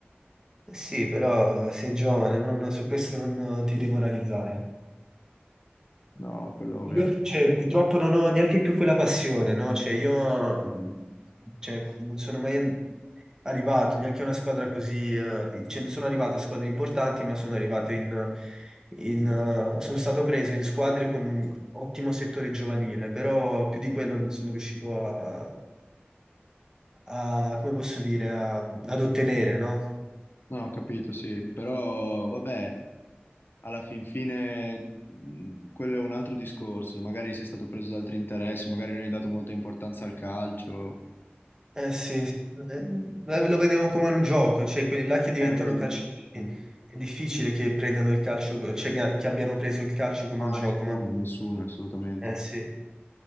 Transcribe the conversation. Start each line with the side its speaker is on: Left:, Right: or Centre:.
Right: Eh Sì, però sei giovane, non- su questo non ti demoralizzare.
Left: No, quello ovviamente.
Right: Io, cioè, purtroppo non ho neanche più quella passione, no? Cioè, io mh, cioè, non sono mai an- arrivato neanche a una squadra così, eh, cioè, non sono arrivato a squadre importanti, ma sono arrivato in, in, eh, sono stato preso in squadre con un ottimo settore giovanile, però più di quello non sono riuscito a, a- come posso dire, a- ad ottenere, no?
Left: No, ho capito, sì, però vabbè, alla fin fine mh, quello è un altro discorso, magari sei stato preso da altri interessi, magari non hai dato molta importanza al calcio.
Right: Eh sì, sì. Eh, Beh, lo vediamo come un gioco, cioè quelli là che diventano
Left: Eh, vedi?
Right: calciatori,
Left: Mm.
Right: è difficile che prendano il calcio, co- cioè che, che abbiano preso il calcio come
Left: No,
Right: un gioco,
Left: nessuno,
Right: ma
Left: nessuno, assolutamente.
Right: eh sì.